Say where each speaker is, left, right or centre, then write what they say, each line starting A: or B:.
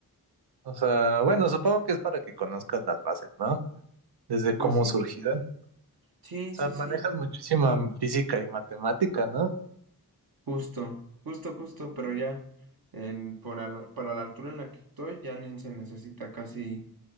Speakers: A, on the right; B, on the right.
A: O sea, bueno, supongo que es para que conozcas las bases, ¿no? Desde
B: Pues
A: cómo
B: sí.
A: surgirán.
B: Sí,
A: O sea,
B: sí,
A: manejas
B: sí,
A: muchísima física y matemática, ¿no?
B: justo, justo, justo, pero ya en- por al- para la altura en la que estoy ya ni se necesita casi